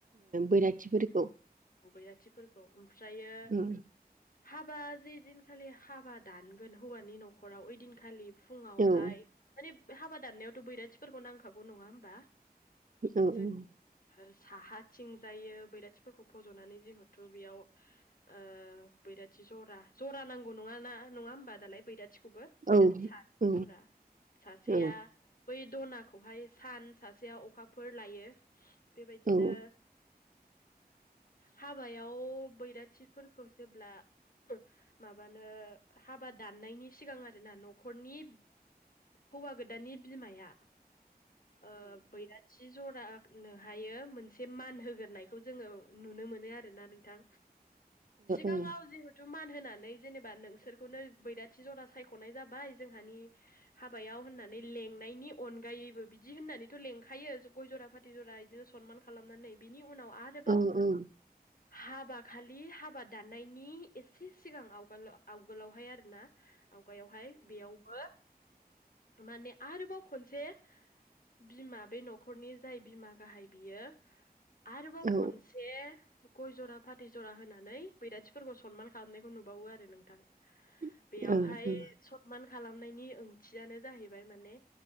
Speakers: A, on the right; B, on the left.
A: बैराथिफोरखौ
B: बैराथिफोरखौ ओमफ्रायो
A: औ
B: हाबा जेदिनखालि हाबा दानगोन हौवानि न'खराव ओइदिनखालि खालि फुङावहाय
A: औ
B: माने हाबा दाननायावथ' बैराथिफोरखौ नांखागौ नङा होमबा।
A: औ
B: जो
A: औ
B: साहा थिं जायो बैराथिफोरखौ फज'नानै जिहेथु बेयाव ओ बैराथि जरा जरा नांगौ नङा ना नङा होमबा दालाय बैराथिखौबो।
A: औ
B: सा नरा
A: औ
B: सासिया
A: औ
B: <inaudible> बै दनाखौहाय सान सासेयाव अखाफोर लायो बेबायदिनो
A: ओ
B: हाबायाव बैराथिफोरखौ जेब्ला ओ माबानो हाबा दाननायनि सिगां आरोना न'खरनि हौवा गोदाननि बिमाया ओ बैराथि जरानोहायो मोनसे मान होग्रायखौ जोङो नुनो मोनो आरोना नोंथां सिगाङाव
A: ओ
B: जिहु तु मान होनानै जेनेबा नोंसोरखौनो बैराथि जरा सायख'नाय जाबाय जोंहानि हाबायाव होननानै लेंनायनि अनगायैबो बिदि होननानैथ' लेंखायो गय जरा फाथि जरा बिदिनो सनमानानै खालामनानै बिनि उनाव आरोबाव
A: औ <inaudible>
B: हाबा खालि हाबा दाननायनि एसे सिगां आवगोल आवगोलावहाय आरोना आवगायावहाय बेयावबो माने आरोबाव खनसे बिमा बे न'खरनि जाय बिमा गाहाय बियो आरोबाव
A: औ
B: खनसे से गय जरा फाथै जरा होनानै बैराथिफोरखौ सनमान खालामनायखौ नुबावो आरो नोंथां।
A: <inaudible>
B: बेयावहाय
A: ओ
B: सनमान खालामनायनि ओंथियानो जाहैबाय माने